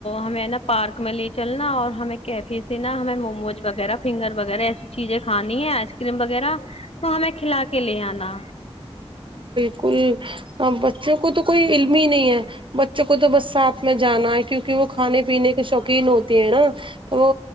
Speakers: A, on the left; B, on the right.
A: ہمیں نا پارک میں لی چلنا اور ہمیں کیفے سینا ہمیں مومو وغیرہ فنگر وغیرہ ایسی چیزیں کھانی ہے آئس کریم وغیرہ تو ہمیں کھلا کے لے آنا
B: کوئی بچوں کو تو کوئی علم ہی نہیں ہے بچوں کو تو بس ساتھ میں جانا ہے کیونکہ وہ کھانے پینے کے شوقین ہوتے ہیں نا تو وہ